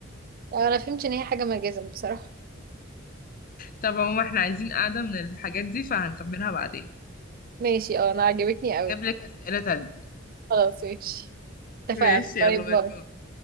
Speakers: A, on the right; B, on the left.
A: آه، انا فهمت ان هي حاجه ملجزم بصراحه
B: طب عموما احنا عايزين قاعدة من الحاجات دي فهنكملها بعدين
A: ماشي اه انا عجبتني قوي
B: جاب لك أسئلة تانية
A: خلاص ماشي اتفقنا
B: ماشي يلا
A: باي باي
B: باي باي